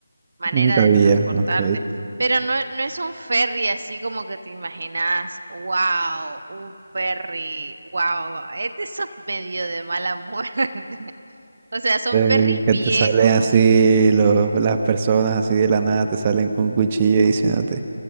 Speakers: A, on the right; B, on the right.
A: manera
B: En mi Cabilla,
A: de transportarte.
B: ok.
A: Pero no, no es un ferry así como que te imaginas, wow, un ferry, wow, es de esos <laughs> medio de mala muerte. <laughs> O sea, son
B: Eh,
A: ferries
B: que
A: viejos.
B: te salen así los, las personas así de la nada, te salen con cuchillo y diciéndote,